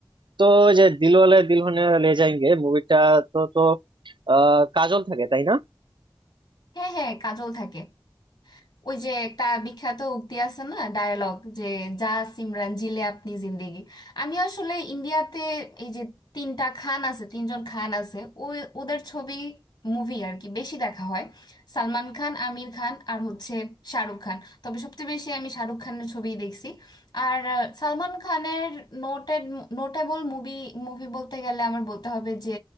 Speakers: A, on the right (about 70°); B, on the left (about 70°).
A: তো ওই যে দিলওয়ালে দুলহানিয়া লে যায়েঙ্গে মুভিটা তো তো আহ কাজল থাকে তাই না
B: হ্যাঁ হ্যাঁ কাজল থাকে ওই যে একটা বিখ্যাত উক্তি আছে না ডায়ালগ যে যা সিমরান জিলে আপনি জিন্দেগি আমি আসলে ইন্ডিয়াতে এই যে তিনটা খান আছে তিনজন খান আছে ওই ওদের ছবি মুভি আর কি বেশি দেখা হয় সালমান খান আমির খান আর হচ্ছে শাহরুখ খান তবে সবচেয়ে বেশি আমি শাহরুখ খানের ছবিই দেখছি আর আহ, সালমান খানের নোটেড নোটেবল মুভি মুভি বলতে গেলে আমার বলতে হবে যে